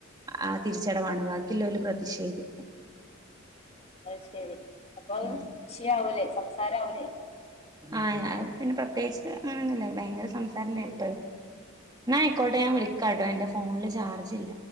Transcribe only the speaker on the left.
അത് ശരി. അപ്പൊ
വിഷയവൂലെ. സംസാരംആവൂലെ?